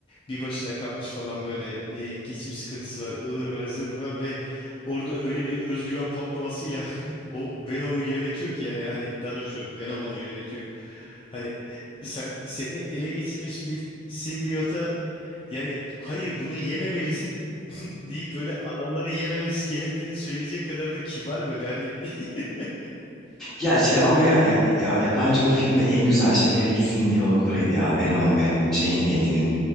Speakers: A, on the left (about 30°); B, in the centre.
A: bir başına kalmış falan böyle e, geçim sıkıntısı var. ıvır var zıvır var ve orada öyle bir özgüven patlamasıyla <laughs> o Venom'u yönetiyor ki yani hani daha doğrusu Venom onu yönetiyor. Hani sen seni ele geçirmiş bir simbiyota yani hayır bunu yememelisin <laughs> deyip böyle adamları yememesi gerektiğini söyleyecek kadar da kibar böyle hani <laughs>
B: Ya şey ama ya, ya, ya, ya bence o filmde en güzel şey her ikisinin diyaloglarıydı ya. Venom ve şeyin Eddie'nin.